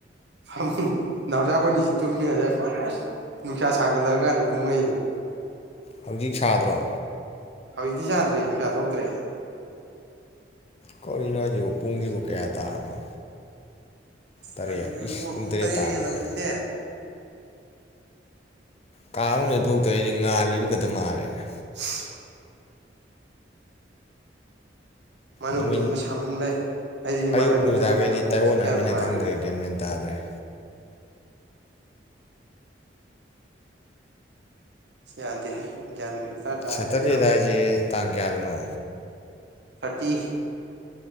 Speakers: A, on the right; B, on the left.
A: ꯐꯃꯨꯡ ꯅꯥꯎꯆꯥꯥ ꯑꯩꯈꯣꯏꯅꯤꯁꯤ ꯇꯨꯝꯃꯤ ꯉꯁꯥꯏ ꯐ ꯑꯁ ꯅꯨꯈ ꯁꯥꯒꯂꯒꯅꯤ ꯀꯨꯃꯩꯅꯦ
B: ꯍꯧꯖꯤꯛ ꯁꯥꯗ꯭ꯔꯣ
A: ꯍꯧꯖꯤꯛꯇꯤ ꯁꯥꯗ꯭ꯔꯦ ꯃꯤꯀꯥ ꯊꯣꯛꯇ꯭ꯔꯦ
B: ꯀꯧꯔꯤꯅꯣ ꯍꯥꯏꯁꯤꯕꯨ ꯄꯨꯡꯁꯤꯕꯨ ꯀꯌꯥ ꯇꯥꯔꯝꯃꯣ ꯇꯔꯦꯠ
A: ꯅꯪꯖꯨ
B: ꯏꯁ
A: ꯏꯕꯨꯡꯣ ꯄꯨꯡ ꯇꯔꯦꯠ
B: ꯇꯥꯔꯝꯃꯦꯅꯦ
A: ꯍꯦꯜꯂꯕꯅꯤꯅꯦ
B: ꯀꯥ ꯃꯅꯨꯡꯗꯩ ꯊꯣꯛꯇ꯭ꯔꯦ ꯑꯩꯗꯤ ꯉꯥꯜꯂꯤꯕ ꯈꯛꯇ ꯃꯥꯜꯂꯦꯅ
A: <inaudible> ꯃꯅꯨꯡ
B: ꯅꯨꯃꯤꯠ
A: ꯇꯨꯝꯕ ꯁꯥꯃꯟꯕꯩ ꯑꯩꯗꯤ
B: ꯑꯌꯨꯛ
A: ꯃꯊꯛꯇ
B: ꯅꯨꯃꯤꯗꯥꯡꯈꯩꯗꯤ
A: ꯇꯨꯝꯃꯦꯕ
B: ꯇꯥꯏꯌꯣꯟꯅꯔꯃꯤꯅ
A: ꯀꯌꯥꯝ ꯅꯨꯡꯉꯥꯏꯈ꯭ꯔꯦ
B: ꯈꯪꯗ꯭ꯔꯦ ꯒ꯭ꯌꯥꯟ ꯃꯦꯟ ꯇꯥꯗ꯭ꯔꯦ
A: ꯌꯥꯗꯦꯍꯦ ꯭ꯒ꯭ꯌꯥꯟꯒ ꯆꯥꯗ꯭ꯔꯦ
B: ꯁꯦꯇꯔꯗꯦꯗ
A: ꯆꯥꯗ꯭ꯔꯦ ꯇꯧꯔꯤꯁꯦ
B: ꯍꯥꯏꯁꯦ ꯇꯥꯡ ꯀꯌꯥꯗꯅꯣ
A: ꯊꯔꯇꯤ